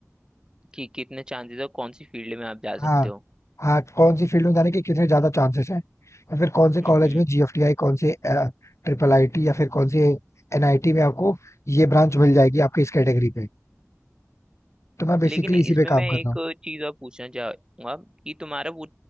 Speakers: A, on the right; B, on the left.
A: कि कितने चांसेस और कौन सी फील्ड में आप जा सकते
B: हाँ
A: हो
B: हाँ कौन सी फील्ड में जाने के कितने ज्यादा चांसेस हैं या फिर कौन से
A: हम्म
B: कॉलेज
A: हम्म।
B: में जीएफटीआई कौन से ट्रिपल आईटी या फिर कौन से एनआईटी में आपको ये ब्रांच मिल जाएगी आपके इस कैटेगरी पे तो मैं बेसिकली
A: लेकिन इसमें
B: इसी पे
A: मैं
B: काम
A: एक
B: कर रहा हूँ
A: चीज और पूछना चाहूंगा कि तुम्हारा वो